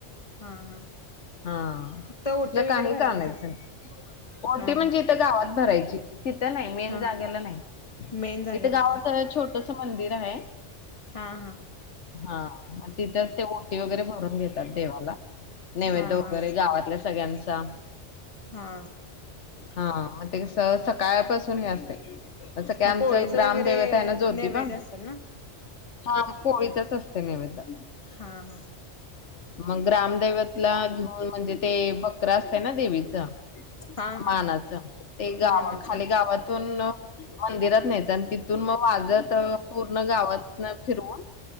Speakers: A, on the left; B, on the left.
A: हा हा
B: हा,
A: फक्त ओटी
B: तिथलं काहीच
A: वगैरे भरायलाच
B: आणायचं
A: असं
B: नाही. ओटी
A: हा
B: म्हणजे
A: हा
B: इथ गावात भरायची. तिथं नाही मेन
A: हा
B: जागेला नाही
A: मेन जागेला
B: इथं गावाकड
A: नाही
B: छोट छोटस मंदिर आहे
A: हा हा.
B: हा मग तिथेच ते ओटी वगैरे भरून घेतात देवाला नैवेद्य
A: हा हा
B: वगैरे गावातल्या सगळ्यांचा
A: हा.
B: हा म ते कस सकाळपासून हे असतय असं काय
A: मग
B: आमचं
A: पोळीच
B: ग्रामदैवत
A: वगैरे
B: आहे ना जोतिबा
A: नैवेद्य असेल ना
B: हा पोळीचाच अस तो नैवेद्य
A: हा हा
B: मग ग्रामदेवतला घेऊन म्हणजे ते बकर असतय ना देवीच
A: हा
B: मानाच
A: हा
B: ते गावा
A: मानाचा
B: खाली गावातून मंदिरात न्यायच आणि तिथून मग वाजत पूर्ण गावात न फिरवून